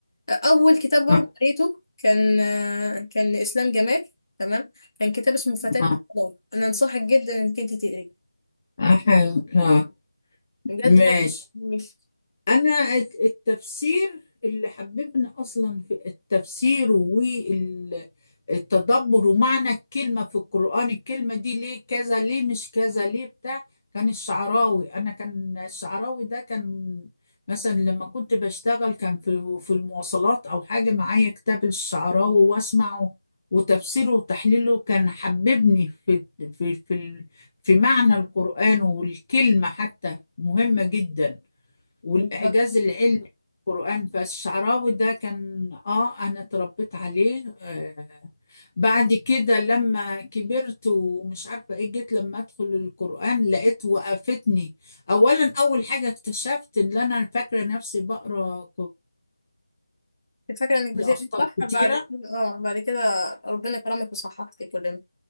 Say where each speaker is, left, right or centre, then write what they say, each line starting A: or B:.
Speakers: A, on the left; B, on the left.
A: آه، أول كتاب برضه
B: اه,
A: قريته كان آه، كان إسلام جمال تمام كان كتاب اسمه فتاة
B: آه.
A: من الفضاء أنا أنصحك جدا إنك أنت تقريه
B: آه. آه. آه،
A: بجد
B: ماشي
A: هو مش
B: انا الت- التفسير اللي حببني اصلا في التفسير والتدبر ومعنى الكلمه في القران الكلمه دي ليه كذا ليه مش كذا ليه بتاع كان الشعراوي انا كان الشعراوي ده كان مثلا لما كنت بشتغل كان في في المواصلات او حاجه معايا كتاب الشعراوي واسمعه وتفسيره وتحليله كان حببني في في في ال- في معنى القران والكلمه حتى مهمه جدا والإعجاز
A: بالظبط
B: العلمي في القرآن فالشعراوي ده كان آه أنا اتربيت عليه آه بعد كده لما كبرت ومش عارفة إيه جيت لما أدخل القرآن لقيت وقفتني أولا أول حاجة اكتشفت إن أنا فاكرة نفسي بقرأ كو-
A: كنت فاكرة إنك
B: دي
A: بتقري
B: أخطاء
A: صح
B: كتيرة
A: بعد كده اه بعد كده ربنا كرمك وصححتي كلنا